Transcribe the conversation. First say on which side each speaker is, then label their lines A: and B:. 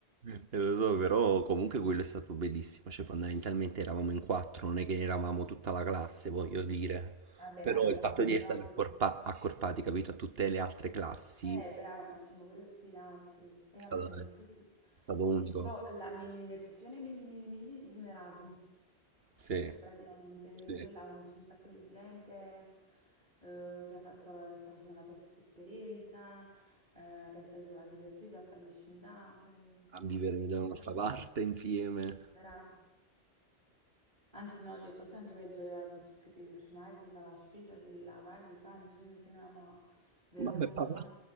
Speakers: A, on the right (about 65°); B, on the right (about 45°).
A: Eh, Lo so, però comunque quello è stato bellissimo, cioè fondamentalmente eravamo in quattro, non è che eravamo tutta la classe, voglio dire,
B: Vabbè,
A: però
B: ma conosciamo
A: il fatto di
B: però
A: essere
B: anche...
A: accorpa- accorpati, capito, a tutte le altre classi
B: Eh,
A: è
B: bravo, non siamo pure tutti gli altri. E vabbè,
A: stato,
B: comunque
A: è
B: se ti-
A: stato
B: è
A: unico,
B: tipo la mini versione mini mini mini di un Erasmus.
A: sì,
B: Cioè praticamente
A: sì,
B: pure là conosci un sacco di gente eh, che ha fatto la- sta facendo la tua stessa esperienza, eh, pensate solo a divertirvi, a fare le scimità, cioè
A: a vivere
B: veramente
A: da un'altra parte insieme.
B: vera. Anzi no, de- forse anche peggio l'Erasmus perché devi cucinare, devi fare la spesa, devi lavare, devi fare, invece noi tenevamo a Veronica
A: Mamma e papà.
B: là.